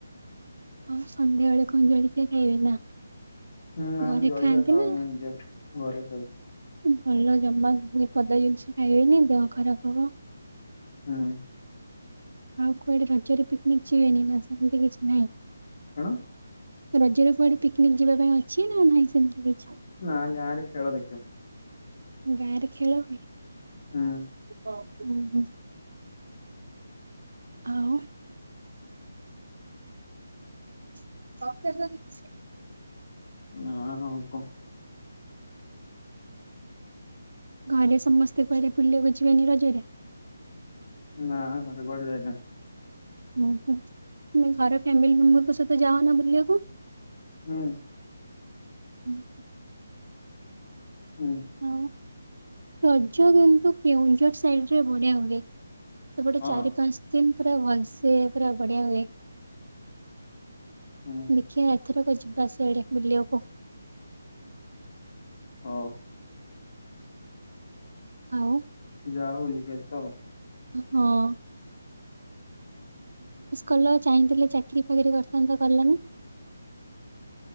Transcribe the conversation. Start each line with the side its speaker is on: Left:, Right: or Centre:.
Right: ଆଉ ସନ୍ଧ୍ୟାବେଳେ କଣ ଜଳିକ୍ଷା ଖାଇବେ ନା?
Left: ହୁଁ ନା
Right: ଘରେ
Left: ମୁଁ ଜଳଖିଆ
Right: ଖାଆନ୍ତି
Left: ଖାଉନି
Right: ନା
Left: ଦିହ ଘରେ ଖାଉଚି
Right: ଭଲ ଜମା ପଦା ଜିନିଷ ଖାଇବେନି ଦେହ ଖରାପ ହବ।
Left: ହୁଁ
Right: ଆଉ କୁଆଡେ ରଜରେ ପିକନିକ୍ ଯିବେନି ନା ସେମିତି କିଛି ନହିଁ?
Left: କଣ?
Right: ରଜର କୁଆଡେ ପିକନିକ ଯିବା ପାଇଁ ଅଛି ନା ନାହିଁ ସେମିତି କିଛି
Left: ନା ଗାଁ ରେ ଖେଳ ଦେଖିବା।
Right: ଗାଁ ରେ ଖେଳ ହୁଏ?
Left: ହୁଁ
Right: ଉଁ ହୁଁ। ଆଉ ସ
Left: ହଁ ହଉ କ।
Right: ଘରେ ସମସ୍ତେ କୁଆଡେ ବୁଲିବାକୁ ଯିବେନି ରଜରେ?
Left: ନା କୁଆଡେ ଯାଇନାହାନ୍ତି।
Right: ହୁଁ ହୁଁ ତମେ ଘର ଫ୍ୟାମିଲି ମେମ୍ବରଙ୍କ ସହିତ ଯାଅନା ବୁଲିବାକୁ।
Left: ହୁଁ।
Right: ହୁଁ ହୁଁ।
Left: ହୁଁ।
Right: ଆଉ ରଜ କିନ୍ତୁ କେଉଁଝର ସାଇଡ ରେ ବଢିଆ ହୁଏ। ସେପଟେ
Left: ହଁ
Right: ଚାରି ପାଞ୍ଚ ଦିନ ପୁରା ଭଲସେ ପୁରା ବଢିଆ ହୁଏ।
Left: ହୁଁ
Right: ଦେଖିଆ ଏଥରକୁ ଯିବା ସେଆଡେ ବୁଲିବାକୁ।
Left: ହଉ।
Right: ଆଉ।
Left: ଯାଅ ବୁଲିକି ଆସ।
Right: ହଁ। କଲ ଚାହିଁଥିଲେ ଚାକିରୀ ଫାକିରି କରିଥାନ୍ତ କଲନି?